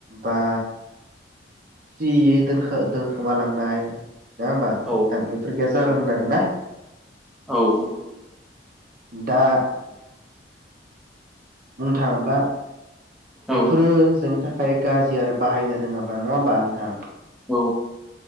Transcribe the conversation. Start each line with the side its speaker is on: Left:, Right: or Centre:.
Right: बा सियै दोनखो-दोनखोमालांनाय नङा होमबा नोंथां?
Centre: औ
Right: बेफोर गैया जागौमोन आरोना?
Centre: औ
Right: दा बुंनो थाङोब्ला बेफोरो
Centre: औ
Right: जोंनि था खाय गाज्रि आरो बाहायनो रोङाब्ला नङा होमबा नोंथां?
Centre: औ